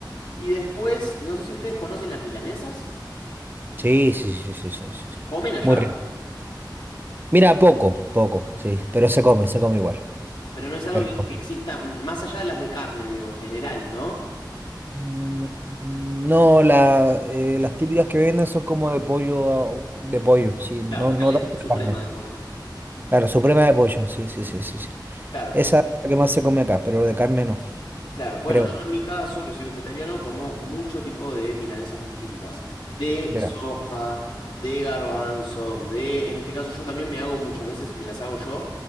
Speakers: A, on the left; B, on the right.
A: Y después, no sé si ustedes conocen las milanesas,
B: Sí, sí, sí, sí, sí, sí.
A: comen allá,
B: Muy rico. Mira, poco, poco, sí, pero se come, se come igual.
A: pero no es algo
B: Pero
A: que, que exista, m- más allá de las de carne, digo, en general, ¿no?
B: Mm, no, la, eh, las típicas que venden son como de pollo, ah, de pollo, sí, no,
A: Claro, acá
B: no
A: le
B: tanto
A: dicen suprema
B: de carne.
A: de pollo.
B: Claro, suprema de pollo, sí, sí, sí, sí, sí.
A: Claro.
B: Esa es la que más se come acá, pero de carne no,
A: Claro, bueno,
B: creo.
A: yo en mi caso, que soy vegetariano, como mucho tipo de milanesas distintas, de
B: Ya,
A: soja, de garbanzos, de, en este caso yo también me hago muchas veces, me las hago yo,